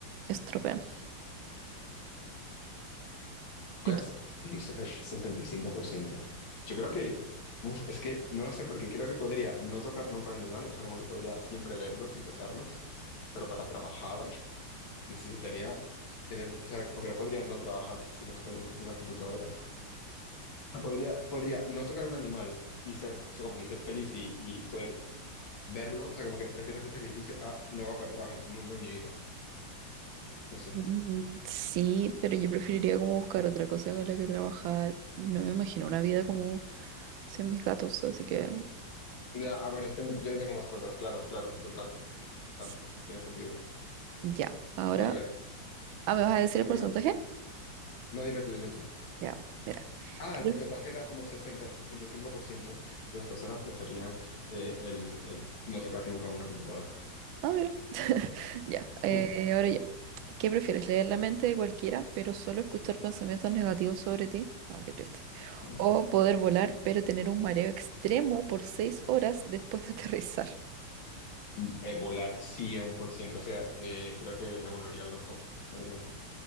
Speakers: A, on the right; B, on the left.
A: estropean.
B: Pues
A: ¿Y tú?
B: un ses- sesenta y cinco por ciento. Yo creo que, uf, es que no lo sé porque creo que podría no tocar nunca un animal, o sea, como que podría siempre verlo sin tocarlos, pero para trabajar necesitaría tener, o sea, como que no podría no trabajar si no es con una computadora. sea, podría, podría no tocar un animal y ser, o sea, como que ser feliz y, y poder verlo. O sea, como que prefiero ese sacrificio a no voy a poder trabajar nunca en mi vida. No sé.
A: Mm, sí, pero yo preferiría como buscar otra cosa con la que trabajar. No me imagino una vida como sin mis gatos, así que
B: Ya, ah, bueno, es que no- yo no tengo mascotas. Claro, claro, total. Vale,
A: s-
B: tiene sentido.
A: ya. Ahora,
B: A ver,
A: ah, ¿me vas a decir
B: venga.
A: el porcentaje?
B: No, dime tú, dime tú.
A: Ya, mira.
B: Ah,
A: ¿Qué
B: el
A: pref-
B: porcentaje era como sesenta sesenta y cinco por ciento de las personas preferían eh, el, el no tocar nunca una computadora.
A: Ah, mira. Ya, eh,
B: Mm,
A: ahora yo. ¿Qué prefieres? ¿Leer la mente de cualquiera, pero solo escuchar pensamientos negativos sobre ti? Ah, qué triste.
B: mm,
A: O poder volar, pero tener un mareo extremo por seis horas después de <laughs> aterrizar.
B: mm, eh, volar 100%. O sea, eh, creo que me volvería loco con el otro.